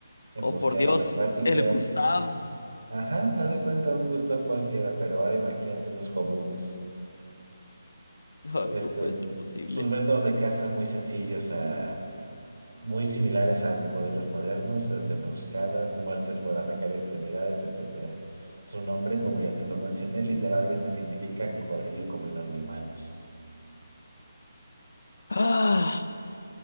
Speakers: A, on the right (about 85°); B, on the left (about 70°).
A: emboscadas
B: Oh, por Dios,
A: acuáticas.
B: el Gustav.
A: Ajá, haz de cuenta un gusto cualquiera, pero ahora imagínate los comunes.
B: Ay,
A: Este,
B: no puede ser posible.
A: sus métodos de caza muy sencillos a muy similares a cocodrilos modernos, este, emboscadas, muertes por arrancar extremidades, etcétera Su nombre, como ya te lo mencioné, literalmente significa cocodrilo comedor de humanos.
B: Ah,